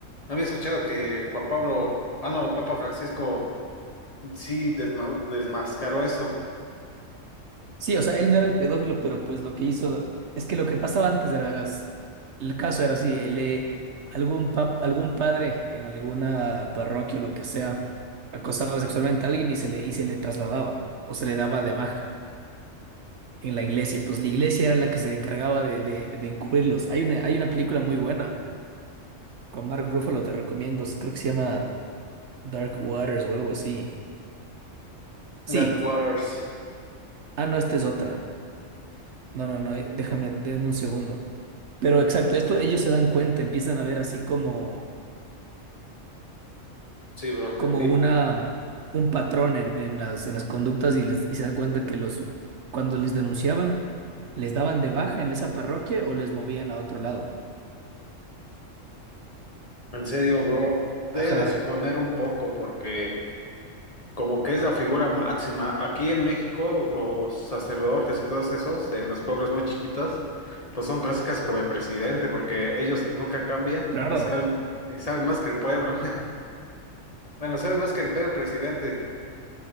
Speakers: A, on the left; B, on the right.
A: no había escuchado que Juan Pablo, ah, no, el Papa Francisco. Sí, desma- desmascaró eso.
B: Sí, o sea, él no era el pedófilo, pero pues lo que hizo es que lo que pasaba antes era, el caso era así, él, eh, algún pap- algún padre en alguna parroquia o lo que sea acosaba sexualmente a alguien y se le, y se le trasladaba o se le daba de baja en la iglesia. Entonces la iglesia era la que se encargaba de, de, de encubrirlos. Hay una, hay una película muy buena con Mark Ruffalo, te recomiendo, creo que se llama Dark Waters o algo así. Sí,
A: That Waters.
B: ah, no, esta es otra. No, no, no, eh, déjame, déjame un segundo. Pero exacto, esto ellos se dan cuenta, empiezan a ver así como,
A: Sí, bro, te
B: como
A: entiendo.
B: una, un patrón en, en las, en las conductas y, les, y se dan cuenta que los, cuando les denunciaban, les daban de baja en esa parroquia o les movían a otro lado.
A: En serio, bro, debe
B: Ajá,
A: de suponer un poco porque como que es la figura máxima. Aquí en México, los sacerdotes y todos esos, en los pueblos muy chiquitos, pues son casi casi como el presidente porque ellos nunca cambian
B: claro.
A: y saben, y saben más que el pueblo. <laughs> Bueno, saben más que el pueblo presidente.